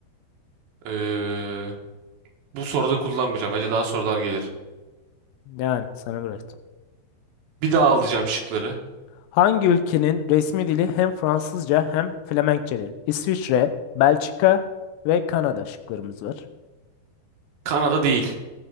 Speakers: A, on the right; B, on the left.
A: eee, bu soruda kullanmayacağım. Bence daha sorular gelir.
B: Yani sana bırak.
A: Bir daha alacağım şıkları.
B: Hangi ülkenin resmi dili hem Fransızca hem Flemenkçedir? İsviçre, Belçika ve Kanada şıklarımız var.
A: Kanada değil.